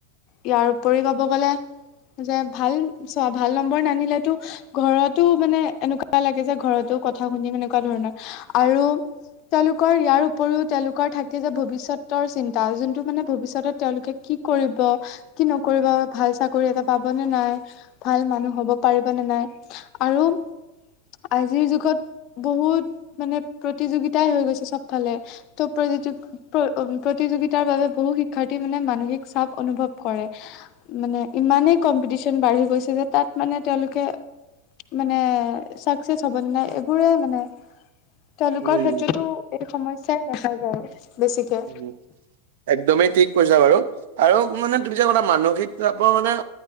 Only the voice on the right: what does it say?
উম,
উম' একদমেই ঠিক কৈছা বাৰু, আৰু মানে তুমি যে কথা মানসিক চাপ মানে-